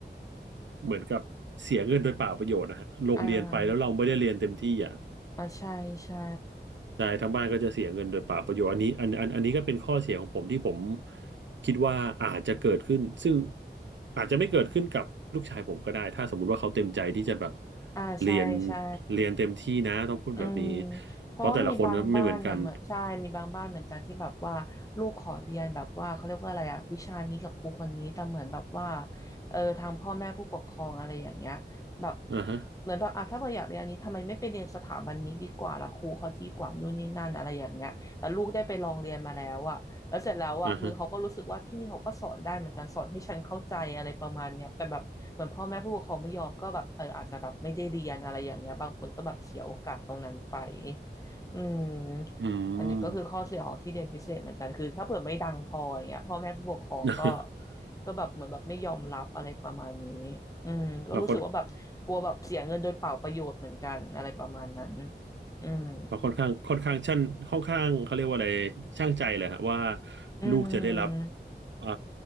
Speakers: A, on the right; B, on the left.
A: เหมือนกับเสียเงินโดยเปล่าประโยชน์นะฮะลงเรียนไปแล้วเราไม่ได้เรียนเต็มที่อ่ะ
B: อ่าอ่าใช่ใช่
A: ใช่ทั้งบ้านก็จะเสียเงินโดยเปล่าประโยชน์อันนี้อันอันอันนี้ก็เป็นข้อเสียของผมที่ผมคิดว่าอาจจะเกิดขึ้นซึ่งอาจจะไม่เกิดขึ้นกับลูกชายผมก็ได้ถ้าสมมุติว่าเขาเต็มใจที่จะแบบ
B: อ่าใช่ใช่
A: เรียนเรียนเต็มที่นะต้องพูดแบบนี้
B: อืมเพราะว่ามีบางบ้านนะเหมือนใช่มีบางบ้านเหมือนกันที่แบบว่าลูกขอเรียนแบบว่าเขาเรียกว่าอะไรอะวิชานี้กับครูคนนี้แต่เหมือนแบบว่า
A: เพราะแต่ละคนก็ไม่เหมือนกัน
B: เออทางพ่อแม่ผู้ปกครองอะไรอย่างเงี้ยแบบ
A: อ่าฮะ
B: เหมือนแบบอ่ะถ้าเราอยากเรียนอันนี้ทำไมไม่ไปเรียนสถาบันนี้ดีกว่าล่ะครูเขาดีกว่านู่นนี่นั่นอะไรอย่างเงี้ยแต่ลูกได้ไปลองเรียนมาแล้วอะแล้วเสร็จแล้วอะคือเขาก็รู้สึกว่าที่นี่เขาก็สอนได้เหมือนกันสอนให้ฉันเข้าใจอะไรประมาณเนี้ยแต่แบบ
A: อ่าฮะ
B: เหมือนพ่อแม่ผู้ปกครองไม่ยอมก็แบบเอออาจจะแบบไม่ได้เรียนอะไรอย่างเงี้ยบางคนก็แบบเสียโอกาสตรงนั้นไปอืม
A: อืม
B: อันนี้ก็คือข้อเสียของที่เรียนพิเศษเหมือนกันคือถ้าเผื่อไม่ดังพออย่างเงี้ยพ่อแม่ผู้ปกครองก็
A: <laughs>
B: ก็แบบเหมือนแบบไม่ยอมรับอะไรประมาณนี้อืมก็รู้สึกว่าแบบกลัวแบบเสียเงินโดยเปล่าประโยชน์เหมือนกันอะไรประมาณนั้น
A: เราค่อน
B: อืม
A: เราค่อนข้างค่อนข้างชั่นค่อนข้างเขาเรียกว่าอะไรช่างใจเลยฮะว่า
B: อืม
A: ลูกจะได้รับอ่า